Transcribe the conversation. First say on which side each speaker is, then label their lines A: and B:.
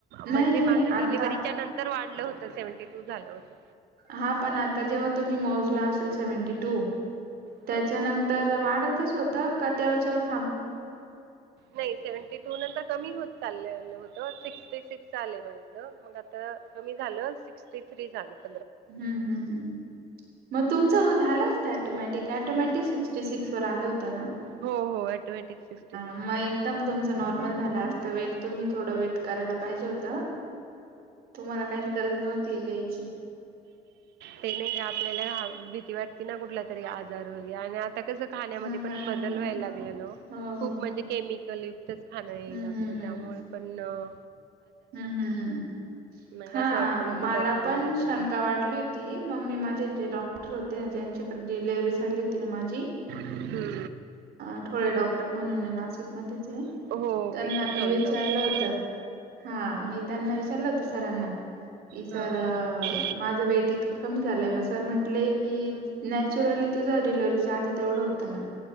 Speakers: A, on the right; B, on the right.
A: म्हणजे
B: नाही नाही नाही
A: माझं डिलिव्हरीच्या
B: आता
A: नंतर वाढलं होतऽऽ सेव्हंटी टू झालं होत.
B: हा पण आता जेव्हा तुम्ही मोजला असेल सेव्हन्टी टूऽऽ त्याच्यानंतर
A: हां.
B: वाढतच होत का? त्याच्यावरऽऽ
A: नाही सेव्हनटी टू नंतर कमी होतऽऽ चाललेल होत,, सिक्सटी सिक्स झालय माझ,, मग आता कमी झालं, सिक्सटी थ्री झालंऽऽ
B: हहह, मग तुमच झाला असत अॅटोमॅटिक,, अॅटोमॅटिक सिक्टी सिक्सऽऽ हा,
A: हो हो ऑटोमॅटिक सिक्स्टी सिक्स
B: मग एकदम तुमऽऽ नॉर्मल झाला असतं वेट,, तुम्ही थोड वेट करायला पाहिजे होतऽऽ तुम्हाला काहीच गरज नव्हती हे घ्यायची.
A: ते नाही ग आपल्याला भीती वाटते ना कुठला तरी आजार होईल,, आणिऽऽ आता कसं खाण्यामध्ये
B: हा
A: पण
B: हा
A: बदल
B: हा हा
A: व्हायला
B: हा.
A: लागलाय नाद ओ,, न
B: हो
A: खूप
B: हो हो.
A: म्हणजे केमिकलऽऽ च खाणं येय
B: हम्म
A: लागलं,,
B: हम्म हम्म.
A: त्यामुळे पणऽऽ
B: हम्म, हम्, हम्,
A: मग
B: हां,
A: असं वाटतं नको
B: मला
A: काहीतरी
B: पणऽ
A: आजार
B: शंका
A: झाला
B: वाढली होती,, मग मी माझे जे डॉक्टर होते ना ज्यांच्याकडे डिलेव्हरी झाली ऽऽ ती ना माझी,,
A: तर
B: अ थोळे डॉक्टर म्हणून य नाशिक मध्येऽऽ
A: हम्म हो
B: त्यांना
A: पण
B: मी
A: थोडी
B: विचारलं
A: डॉक्टरकडे
B: होत.
A: जा
B: हां, मी त्यांना विचारलं होत सरांना,, की
A: हा
B: सर
A: हा ह
B: माझं वेट इतकं कमीऽऽ सर म्हंटले,, की नॅचरली तुझं डिलिव्हरी च्या आधी तेवढ होत नाऽऽ